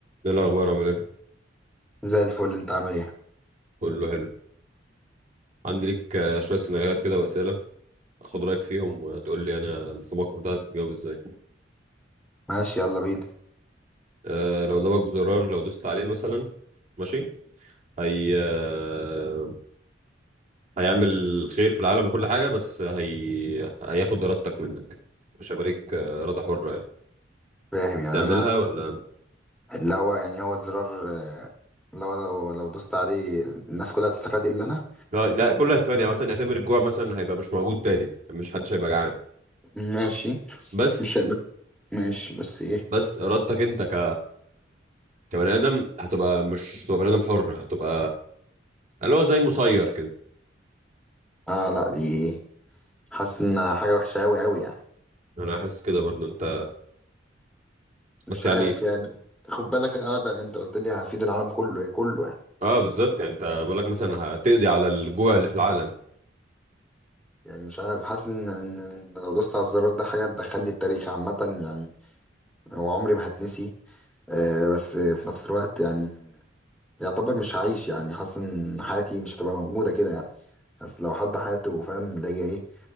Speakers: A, on the right; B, in the centre.
A: ايه الاخبار عامل ايه
B: زي الفل انت عامل ايه
A: كله حلو عندي ليك آه، شويه سيناريوهات كده واسئله اخد رايك فيهم وتقول لي يعني في الموقف ده هتجاوب ازاي
B: ماشي يلا بينا
A: أه لو قدامك زرار لو دوست عليه مثلا ماشي هي آه، هيعمل خير في العالم وكل حاجه بس هي هياخد ارادتك منك مش هيبقى ليك آه، اراده حره يعني
B: فاهم يعني
A: تعملها
B: انا
A: ولا
B: اللي هو يعني هو الزرار آه، لو لو لو دوست عليه الناس كلها هتستفاد الا انا
A: آه لا كله هيستفاد يعني مثلا اعتبر الجوع مثلا هيبقى مش موجود تاني مش حدش هيبقى جعان
B: ماشي
A: بس
B: مش بس ماشي بس ايه
A: بس ارادتك انت ك كبني ادم هتبقى مش هتبقى بني ادم حر هتبقى اللي هو زي مسير كده
B: اه لا دي حاسس ان حاجه وحشه قوي قوي يعني
A: انا احس كده برضو انت
B: مش
A: بس يعني
B: عارف يعني خد بالك اه ده انت قلت لي هفيد العالم كله إيه، كله يعني
A: اه بالظبط يعني انت بقول لك مثلا هتقضي على الجوع اللي في العالم
B: يعني مش عارف حاسس ان ان- ان لو دوست على الزرار ده حاجه تدخلني التاريخ عامه يعني وعمري ما هتنسي آه بس في نفس الوقت يعني يعتبر مش هعيش يعني حاسس ان حياتي مش هتبقى موجودة كده يعني بس لو حد حياته فاهم اللي هي ايه